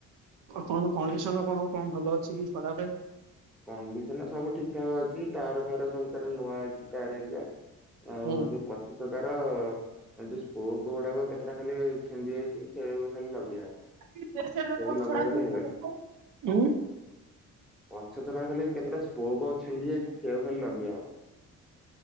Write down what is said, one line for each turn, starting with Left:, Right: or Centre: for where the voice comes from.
Right: କଣ କଣ୍ଡିସନ କଣ କଣ ଭଲ ଅଛି କି ଖରାପେ।
Centre: କଣ୍ଡିସନ ସବୁ ଠିକ ଠାକ ଅଛି ଟାୟାର ଫାୟାର ସବୁ ତାର ନୂଆ ଅଛି ଟାୟାର ହେରିକା। ଆଉ
Right: ହୁଁ।
Centre: ଯୋଉ ପଛ ଚକାର ହେଇ ଯୋଉ ସ୍ପୋକ ଗୁଡାକ କେତେଟା ଖାଲି ଛିଣ୍ଡି ଯାଇଛି ସେଇଆ କୁ ଖାଲି ଲଗେଇଆ ହବ।
Right: <unintelligible>
Centre: ସେଇଆକୁ ଲଗେଇଦେଲେ ହେଇଗଲା।
Right: ଉଁ।
Centre: ପଛ ଚକା ରେ ଖାଲି କେତେଟା ସ୍ପୋକ ଛିଣ୍ଡି ଯାଇଚି ସେଆକୁ ଖାଲି ଲଗେଇଆ ହବ।